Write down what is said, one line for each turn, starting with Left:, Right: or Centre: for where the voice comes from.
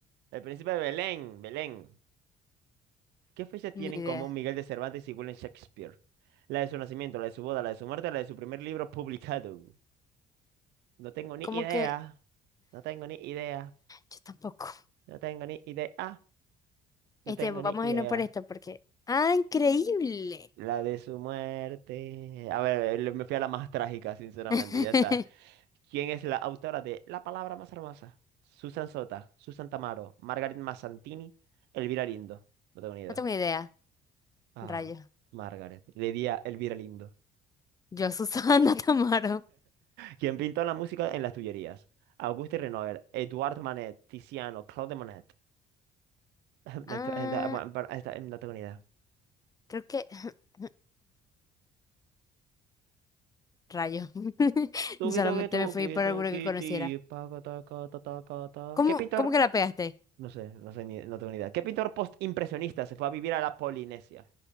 Right: El príncipe de Belén. Belén. ¿Qué fecha tienen
Left: Ni idea.
Right: en común Miguel de Cervantes y William Shakespeare? La de su nacimiento, la de su boda, la de su muerte, la de su primer libro <laughs> publicado. No tengo ni
Left: ¿Cómo
Right: idea.
Left: que?
Right: No tengo ni idea.
Left: Yo tampoco.
Right: No tengo ni idea. No
Left: Este,
Right: tengo
Left: vamos
Right: ni idea.
Left: a irnos por esto porque... ¡Ah, increíble!
Right: La de su muerte. A ver, le- me fui a la más trágica, sinceramente.
Left: <laughs>
Right: Ya está. ¿Quién es la autora de La palabra más hermosa? Susan Sota, Susan Tamaro, Margaret Mazzantini, Elvira Lindo. No tengo ni idea.
Left: No tengo idea.
Right: Ah,
Left: Rayos.
Right: Margaret. Le di a Elvira Lindo.
Left: Yo, Susana <laughs> Tamaro.
Right: ¿Quién pintó la música en las Tullerías? Auguste Renoir, Edouard Manet, Tiziano, Claude Monet. <laughs>
Left: Ah,
Right: Esto- esta- bueno, pero esta, eh, No tengo ni idea.
Left: creo que... <laughs> Rayo. <laughs>
Right: Tuki,
Left: Solamente
Right: tuki, tuki,
Left: me fui por alguno
Right: tuki,
Left: que conociera.
Right: ti, pa, ca, ta, ca, ta.
Left: ¿Cómo,
Right: ¿Qué pintor?
Left: cómo que la pegaste?
Right: No sé, no sé ni, no tengo ni idea. ¿Qué pintor postimpresionista se fue a vivir a la Polinesia?